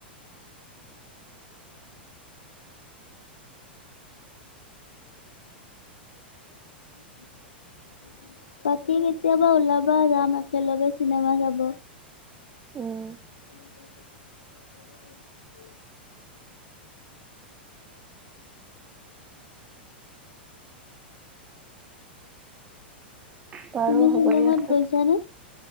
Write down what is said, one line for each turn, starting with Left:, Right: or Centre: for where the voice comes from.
Left: উ উ বাকী কেতিয়াবা ওলাবা যাম একেলগে চিনেমা চাব
Right: উম
Left: <unintelligible>
Right: বাৰু
Left: তুমি
Right: হ'ব
Left: শ্বিলঙত
Right: দিয় আচ
Left: গৈছানে?